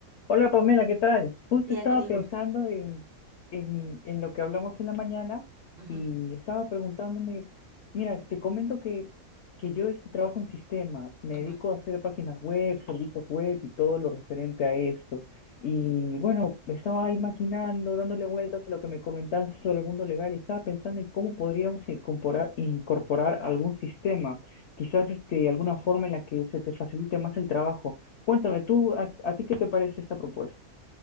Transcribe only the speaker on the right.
Diego,
Diego.
Ujú,
ujú.